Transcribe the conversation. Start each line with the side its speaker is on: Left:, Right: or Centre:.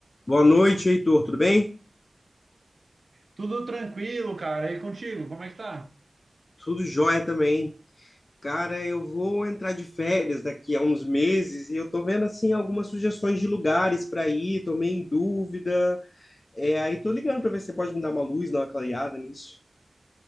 Left: Boa noite, Heitor. Tudo bem?
Right: Tudo tranquilo, cara. E contigo, como é que tá?
Left: Tudo jóia também. Cara, eu vou entrar de férias daqui a uns meses e eu tô vendo assim algumas sugestões de lugares para ir, tô meio em dúvida. É, aí tô ligando para ver se você pode me dar uma luz, dar uma clareada nisso.